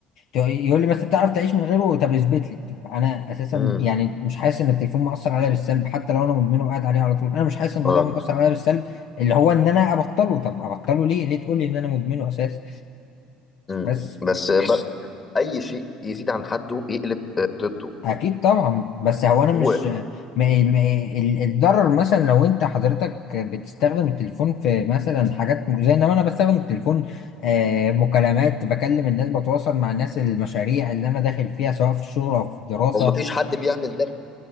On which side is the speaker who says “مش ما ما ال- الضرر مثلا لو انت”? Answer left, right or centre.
Left